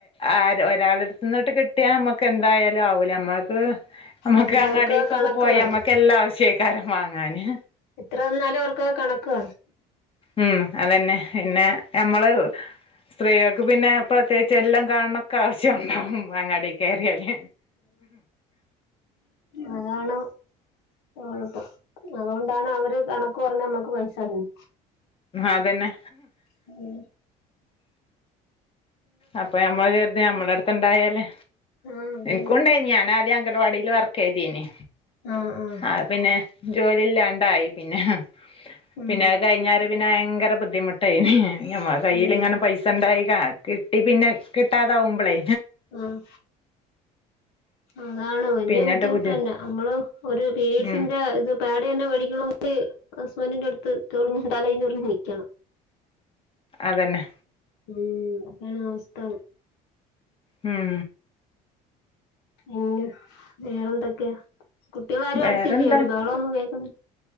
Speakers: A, on the left; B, on the left.
A: ആര് ഒരാളട്ത്ന്ന്ട്ട് കിട്ടിയാ നമ്മക്ക് എന്തായാലും ആവൂല നമ്മ നമ്മക്ക്
B: ഉം
A: അങ്ങടക്കൊക്കെ
B: അവർക്ക് കണക്ക്
A: പോയി
B: കാണും
A: അമ്മക്ക് എല്ലാ ആവശ്യക്കാരും വാങ്ങാന്
B: എത്രന്നാലും അവർക്ക് കണക്
A: ഉം അതന്നെ പിന്നെ നമ്മള്. സ്ത്രീകൾക്ക് പിന്നെ പ്രത്യേകിച്ച് എല്ലാം കാണൊക്കെ ആവശ്യണ്ടാവും. അങ്ങാടി കയറിയാല്.
B: അതാണ്കൊഴപ്പം അതോണ്ടാണ് അവര് കണ ക്ക് പർഞ്ഞ് നമ്മക്ക് പൈസര്ന്നത്.
A: അതന്നെ.
B: ഉം
A: അപ്പൊ ഞമ്മള് കര്തു ഞമ്മളെട്ത്ത് ഇണ്ടായാല്
B: ആഹ് അതന്നെ
A: ഇൻക്കുണ്ടേനി ഞാനാദ്യം അങ്കണവാടില് വർ ക്കെയ്തീനി.
B: ആഹ് ആഹ്.
A: ആഹ് പിന്നെ ജോലി ഇല്ലാണ്ടായി പിന്നെ
B: ഉം
A: പിന്നെ അയ് കയിഞ്ഞാരെ പിന്നെ ഭയങ്കര ബുദ്ധി ദ്ധി മുട്ടേനി ഞമ്മളെ കയ്യില്
B: ഉം
A: ങ്ങനെ പൈസ ഉണ്ടായി കാ കിട്ടി പിന്നെ കിട്ടാതാവുമ്പളെ.
B: ആഹ് അതാണ് വല്ല്യ
A: പിന്നെട്ട്
B: ബുദ്ധിമുട്ട്
A: ബുദ്ധി
B: തന്നെ നമ്മള് ഒര്. പീരീഡ്സിന്റെ
A: ഉം
B: ഇത്. പാഡ് തന്നെ വേടിക്കണങ്കി ഹസ്ബൻഡിന്റെ അട്ത്ത് ചൊറിഞ് തലേം ചൊറിഞ്ഞ് നിക്കണം.
A: അതന്നെ
B: ഉം അതാണ് അവസ്ഥ.
A: ഉം
B: ഉം വേറെ എന്തൊക്കെയാ കുട്ടികളാരും
A: വേറെന്താ
B: അടുത്തില്ലേ ഒരു ബഹളോം ഒന്നും കേൾക്കുന്നി